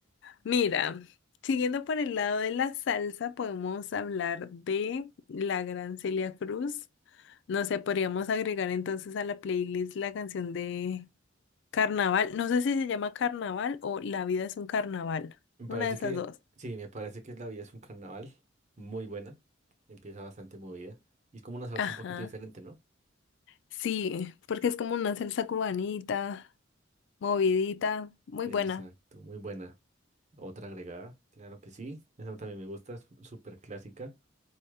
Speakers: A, on the left; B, on the right.
A: Mira, siguiendo por el lado de la salsa, podemos hablar de la gran Celia Cruz. No sé, podríamos agregar entonces a la playlist la canción de Carnaval. No sé si se llama Carnaval o La vida es un carnaval.
B: Me
A: Una
B: parece
A: de esas
B: que,
A: dos.
B: sí, me parece que La Vida es un carnaval muy buena. Empieza bastante movida. Y es como una salsa
A: Ajá.
B: un poquito diferente, ¿no?
A: Sí, porque es como una salsa cubanita, movidita, muy
B: Exacto,
A: buena.
B: muy buena. Otra agregada, claro que sí. Esa también me gusta, es súper clásica.